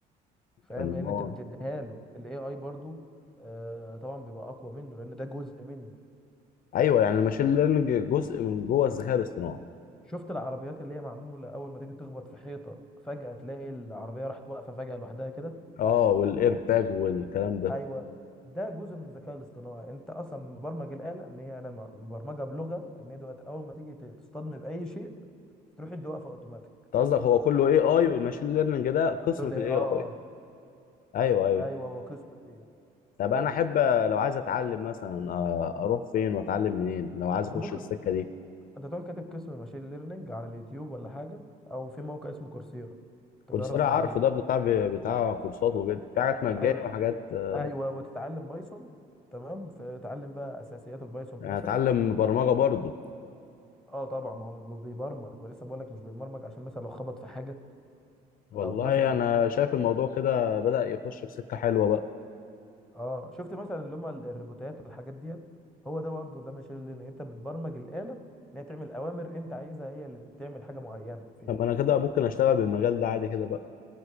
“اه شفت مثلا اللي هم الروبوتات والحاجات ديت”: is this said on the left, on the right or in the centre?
Centre